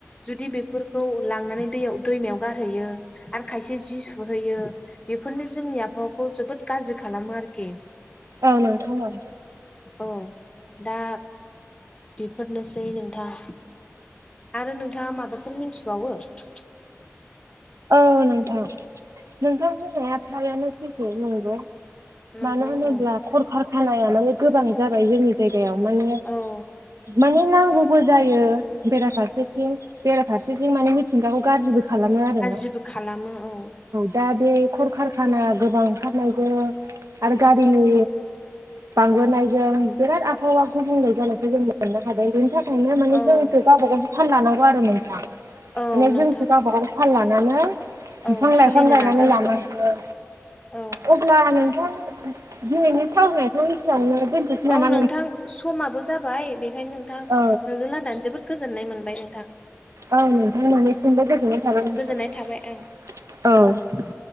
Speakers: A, on the left; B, on the right.
A: जुदि बे बे फोरफोरखौ लांनानै दैयाव दैमायाव गारहैयो आरो खायसे जि सुहैयो। बेफोरनो जोंनि आबहावाखौ जोबोद गाज्रि खालामो आरोखि।
B: औ नोंथां औ।
A: औ दा बेफोरनोसै नोंथां। आरो नोंथाङा माबाफोर मिथिबावो नामा?
B: औ नोंथां नोंथां बुंनाया थारैनो सैथो नंगौ।
A: नंगौ
B: मानो होनोब्ला
A: औ
B: खलखार खानाया माने गोबां जाबाय जोंनि जायगायाव माने
A: औ
B: माने नांगौबो जायो बेराफारसेथिं बेराफारसेथिं माने मिथिंगाखौ गाज्रिबो खालामो आरो ना।
A: जेबो खालामो औ।
B: दा बे खलखारखाना गोबां ओंखारनायजों आरो गारिनि बांबोनायजों बिराद आबहावा गुबुंले जानायखौ जों मोननो हादों बेनि थाखा नो माने
A: औ
B: जोंसो गावबा गावसो फानलानांगौ आरो मोनफा
A: औ
B: माने
A: नोंथां
B: जोंसो गावबा गावसो थाल लानांगौ। बिफां-लाइफां
A: औ सोलिनो
B: गायनानै
A: नाजानांगोन
B: लानांगौ।
A: औ
B: अब्ला नोंथां दिनैनि सावरायनायखौ एसेयावनो दोनथ'सै
A: औ
B: नामा
A: नोंथां समाबो जाबाय बेखायनो नोंथां नोंजों
B: औ
A: लायरायना जोबोद गोजोननाय मोनबाय नोंथां।
B: औ नोंथां मोननिसिमबो गोजोननाय थाबाय नोंथां
A: गोजोननाय थाबाय ओं
B: औ